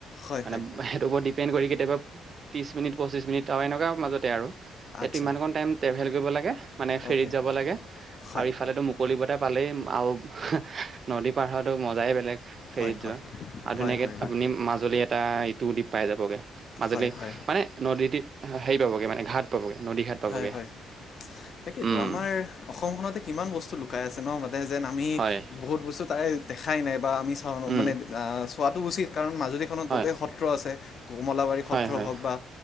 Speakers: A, on the left; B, on the right.
A: হয়
B: মানে
A: হয়
B: সেইটোৰ ওৰত ডিপেণ্ড কৰি কেতিয়াবা ত্ৰিশ মিনিট-পঁচিশ মিনিট আৰু এনেকুৱা মাজতে আৰু। সেইটো
A: আচ্ছা
B: ইমানকণ টাইম ট্ৰেভেল কৰিব লাগে, মানে ফেৰীত
A: অ'কে
B: যাব লাগে,
A: হয়
B: আৰু ইফালেতো মুকলি বতা- পালেই আও- নদী পাৰ হৱাটো মজাই বেলেগ, ফেৰীত
A: হয়
B: যোৱা
A: হয়
B: আৰু ধুনীয়াকে-
A: হয় হয় হয়
B: মাজুলী এটা ইটো দ্বীপ পাই যাবগে, মাজুলী-
A: হয় হয়
B: মানে নদী দী- হেৰি পাবগে মানে ঘাট পাবগে- নদী ঘাট পাবগে।
A: হয় হয় তাকেইতো
B: উম্
A: আমাৰ অসমখনতে কিমান বস্তু লুকাই আছে ন' মানে যেন আমি
B: হয়
A: বহুত বস্তু তাৰে দেখাই নাই বা আমি চাওঁনো
B: উম
A: মানে চোৱাটো উচিত কাৰণ মাজুলীখনত
B: হয়
A: গোটেই সত্ৰ আছে কমলাবাৰী
B: হয়
A: সত্ৰ
B: হয়
A: হওঁক বা